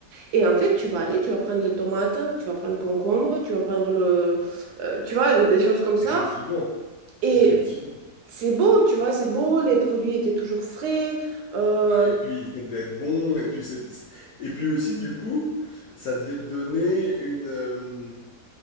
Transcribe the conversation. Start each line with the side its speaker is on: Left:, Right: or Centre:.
Right: Et en fait, tu vas aller, tu vas prendre les tomates, tu vas prendre concombre, tu vas prendre le, euh, tu vois, des choses comme ça.
Left: effectivement,
Right: Et
Left: effectivement.
Right: c'est beau, tu vois, c'est beau, les produits étaient toujours frais. Euh,
Left: Ah, Et puis ça devait être bon, et puis c'est- c'est- et puis aussi du coup, ça devait te donner une, euh,